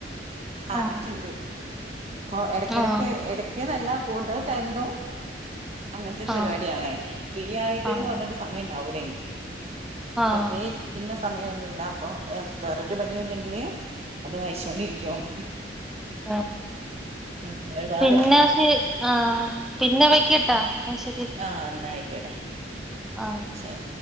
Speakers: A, on the right; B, in the centre.
A: ഹാബിറ്റ്
B: ആഹ്
A: ഉണ്ട് അപ്പൊ എടക്കെടക്ക്
B: ആഹ്
A: എടക്ക്ന്നല്ല- കൂടുതൽ ടൈമിലും- അങ്ങനത്തെ ഒരു
B: ആഹ്
A: പരിപാടിയാണ് ഫ്രീ ആയിട്ട്
B: ആഹ്
A: ന്ന് പറഞ്ഞിട്ട് സമയം ഉണ്ടാവൂലെനിക്ക്-
B: ആഹ്
A: വെറുതെ ഇരിക്കുന്ന സമയമൊന്നുമില്ല അപ്പൊ വേറൊരു പണിയും ഇല്ലെങ്കില്- അത് വായിച്ചോണ്ട് ഇരിക്കും-
B: ആഹ്
A: ഉം ഒരുപാട്
B: പിന്നെ
A: -
B: ശരി ആഹ് പിന്നെ വെക്കട്ടാ എന്നാ ശരി
A: ആഹ് എന്നായിക്കോട്ടെ
B: ആഹ്
A: ശരി-